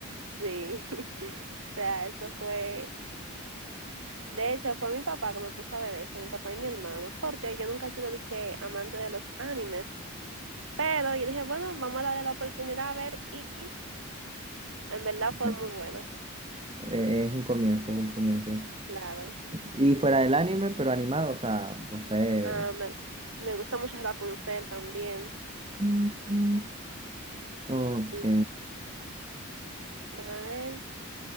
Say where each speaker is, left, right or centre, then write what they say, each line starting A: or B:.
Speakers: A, on the right; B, on the right.
A: Sí, <laughs> o sea, eso fue, de hecho, fue mi papá que me puso a ver eso, mi papá y mi hermano, porque yo nunca he sido de que amante de los animes, pero yo dije, bueno, vamos a darle la oportunidad a ver y en verdad
B: <laughs>
A: fue muy bueno,
B: Eh, Es un comienzo, es un comienzo.
A: claro.
B: Y fuera del anime, pero animado, o sea, no sé.
A: Ah, me, me gusta mucho Rapunzel también
B: Mm, mm. Ok.
A: y déjame ver,